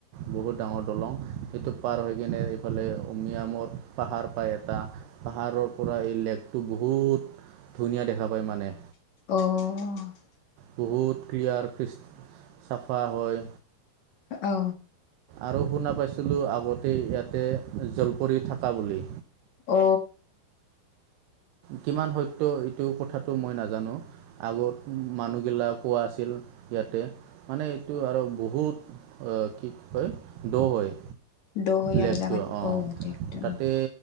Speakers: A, on the right (about 80°); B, on the left (about 55°).
A: বহুত ডাঙৰ দলং সেইটো পাৰ হৈ কিনে এইফালে উমিয়ামৰ পাহাৰ পায় এটা পাহাৰৰ পৰা এই লেকটো বহুত ধুনীয়া দেখা পায় মানে
B: অ'
A: বহুত ক্লিয়াৰ চাফা হয়
B: অ
A: আৰু শুনা পাইছিলোঁ আগতে ইয়াতে জলপৰি থকা বুলি
B: অ
A: কিমান সত্য এইটো কথাত টো মই নাজানো আগত মানুহবিলাকো আছিল ইয়াতে মানে এইটো আৰু বহুত অ কি কয় দ' হয়
B: দ'
A: লেকটো
B: আৰু জাগটো
A: অঁ
B: অ একদম
A: তাতে